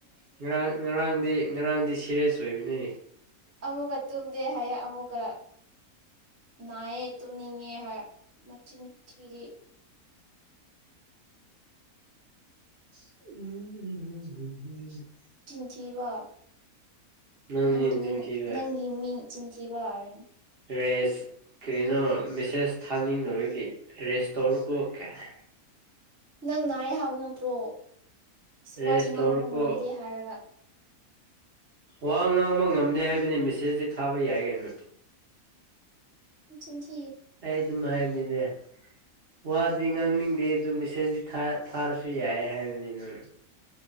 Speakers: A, on the right; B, on the right.
A: ꯉꯔꯥꯡ ꯉꯔꯥꯡꯗꯤ ꯉꯔꯥꯡꯗꯤ ꯁꯤꯔꯦꯁ ꯣꯏꯕꯤꯅꯦ
B: ꯑꯒ ꯇ ꯗꯦ ꯍꯥꯏ ꯑꯃꯨꯒ ꯅꯥꯏꯌꯦꯦ ꯇꯨꯝꯅꯤꯡꯉꯦ ꯃꯆꯤꯟ ꯊꯤꯔꯤ
A: ꯎꯝ ꯎ ꯎꯝꯝ
B: ꯖꯤꯕ
A: ꯅꯪꯅꯦ
B: ꯅꯪꯒꯤ
A: ꯅꯆꯤꯟ
B: ꯃꯤꯡ
A: ꯊꯤꯕ
B: ꯅꯪꯒꯤ ꯃꯤꯡ ꯆꯤꯟꯊꯤꯕꯥꯔ <unintelligible>
A: ꯔꯦꯁ ꯀꯔꯤꯅꯣ ꯃꯦꯁꯦꯁ ꯊꯥꯅꯤꯡꯅꯕꯒꯤ ꯔꯦꯁꯇꯣꯔ ꯀ ꯀꯌꯥ
B: ꯅꯪ ꯅꯏ ꯍꯥꯏꯕ ꯅꯠꯇ꯭ꯔꯣ
A: ꯔꯦꯁ
B: ꯋꯥꯁꯨ ꯉꯥꯡꯕ
A: ꯇꯧꯔꯣꯀꯣ
B: ꯉꯝꯗꯦ ꯍꯥꯏꯔꯒ
A: ꯋꯥ ꯉꯥꯡꯕ ꯉꯝꯅꯤ ꯍꯥꯏꯕꯅꯤ ꯃꯦꯁꯦꯁꯇꯤ ꯊꯥꯕ ꯌꯥꯏ ꯀꯩꯅꯣ
B: ꯆꯤꯟꯁꯤꯤ
A: ꯑꯩ ꯑꯗꯨꯝ ꯍꯥꯏꯕꯅꯤꯅꯦ ꯋꯥꯗꯤ ꯉꯥꯡꯅꯤꯡꯗ ꯑꯗꯨ ꯃꯦꯁꯦꯖꯇꯤ ꯊꯥ ꯊꯥꯔꯁꯨ ꯌꯥꯏ ꯍꯥꯏꯕꯅꯤꯅ